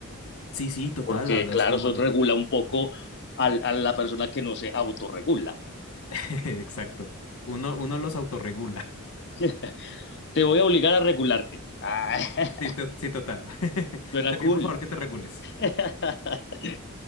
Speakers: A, on the left (about 70°); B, on the left (about 55°).
A: Sí, sí, total,
B: porque
A: la verdad
B: claro,
A: es muy
B: eso
A: bueno.
B: regula un poco al- a la persona que no se autorregula.
A: <laughs> Exacto. Uno, uno los autorregula. <laughs>
B: <laughs> Te voy a obligar a regularte. Ah, <laughs>
A: Sí, to- sí, total. <laughs>
B: suena
A: Te pido
B: cool.
A: por favor que te regules.
B: <laughs>